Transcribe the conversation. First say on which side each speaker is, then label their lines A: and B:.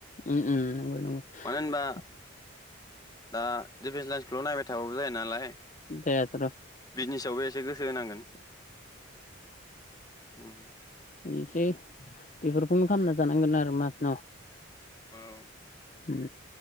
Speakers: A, on the left (about 35°); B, on the left (about 20°).
A: उम उम नंगो। नंगो
B: मानो होनबा
A: <unintelligible>
B: दा दिफेन्स लाइन्सखौल' नायबाय थाबाबो जाया नालाय।
A: जाया थर'।
B: बिजनेसावबो एसे गोसो होनांगोन। हम।
A: बेनोसै बेफोरखौनो खालामना जानांगोन आरो माथनाव।
B: औ।
A: हम।